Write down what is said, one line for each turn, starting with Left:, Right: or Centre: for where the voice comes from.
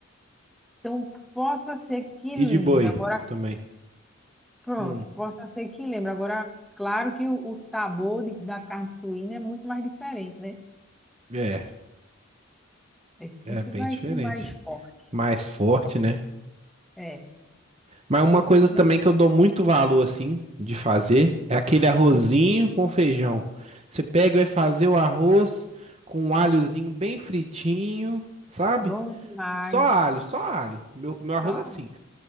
Centre: então possa ser que
Right: E
Centre: lembre.
Right: de boi
Centre: Agora,
Right: também.
Centre: pronto,
Right: Hum,
Centre: possa ser que lembre. Agora, claro que o, o sabor de- da carne suína é muito mais diferente, né?
Right: é,
Centre: É, sempre
Right: é bem
Centre: vai
Right: diferente.
Centre: ser mais forte.
Right: Mais forte, né?
Centre: É,
Right: Mas uma
Centre: você
Right: coisa
Centre: come
Right: também que eu dou muito valor, assim, de fazer é aquele arrozinho com feijão. Você pega e vai fazer o arroz com um alhozinho bem fritinho, sabe?
Centre: bom demais.
Right: Só alho, só alho. Meu, meu arroz
Centre: Só
Right: é assim: